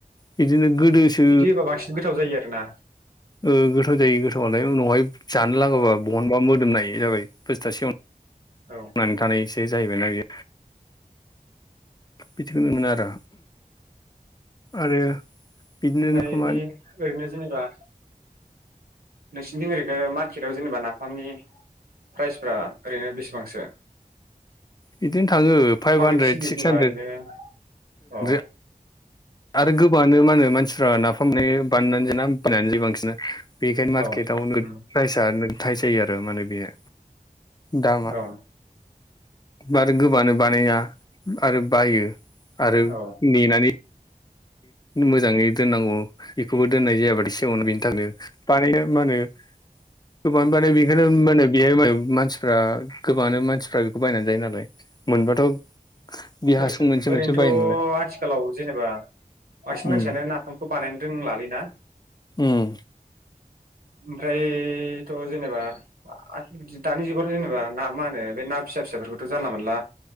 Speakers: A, on the left (about 30°); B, on the right (about 80°).
A: बिदिनो गोदोसो
B: बिदि होबा बांसिन गोथाव जायो आरोना
A: ओ गोथाव जायो गोथावालाय उनावहाय जानो लागाबा
B: औ
A: बहनबा मोदोमनाय जाबाय बसथुसेय थांनानै
B: औ औ
A: थानायसे जाहैबाय ना यो बिदिखौ नुनो आरो। आरो बिदिनो
B: ओमफफ्राय
A: नाफामा
B: ए ओरैनो जेनबा नोंसिनिथिं ओरैनो मार्केटाव जेनेबा नाफामनि प्राइजफ्रा ओरैनो बेसेबांसो?
A: बिदिनो थाङो फाइभ
B: माबायदि
A: हानद्रेद
B: सोलियो
A: सिक्स
B: जेनेबा
A: हानद्रेद
B: ओरैनो अ
A: <inaudible> आरो गोबाङानो मा होनो मानसिफ्रा नाफाम नेयै <unintelligible> बांसिना बेखायनो मार्केटावनो
B: औ उम
A: <inaudible> प्राइसआ थाइ जायो आरो माने बेयो। दाम बा
B: औ
A: आरो गोबानो बानाया आरो बायो । आरो
B: औ
A: नेनानै मोजाङै दोननांगौ बेखौबो दोननाय जायाबथायि सिाङावनो
B: उम
A: बेनि थाखायनो मानि मा होनो गोबांआनो बानायो बिखनो <unintelligible> मायु मानसिफ्रा गोबाङानो मानसिफ्रा बेखौ बायनानै जायो नालाय मोनबाथ' बे
B: ओरै
A: हासुं मोनसे
B: ओरैनोथ'
A: मोनसे बायो नालाय
B: आथिखालाव जेनेबा बांसिन मानसियानो
A: उम
B: नाफामखौ बानायनो रोंलाल ना?
A: उम
B: ओमफ्रायथ' जेनेबा आ दानि जुगाव' जेनेबा ना मा होनो बे ना फिसा फिसाफोरखौथ' जानला मोनला